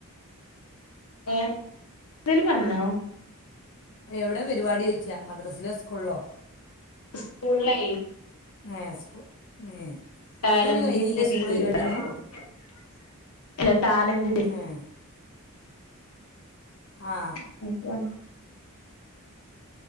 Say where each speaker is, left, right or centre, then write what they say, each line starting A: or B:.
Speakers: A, on the left; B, on the left.
A: ഏ എന്തേലും പറഞ്ഞ്ണോ
B: എവിടെ പരിപാടി ഓയ്ച്ചാ മദ്രാസിലൊ സ്കൂളിലോ
A: സ്കൂൾ ലേ
B: ഏ സ്കൂ ഏ
A: ടാലന്റിന്റെ
B: അവരത് ഇനി കഴിഞ്ഞില്ല
A: തീല്
B: സ്കൂൾ പരിപാടിയൊന്നും
A: <inaudible> ടാലെന്റ്റ് ലെ
B: ഏ
A: <unintelligible>
B: ആ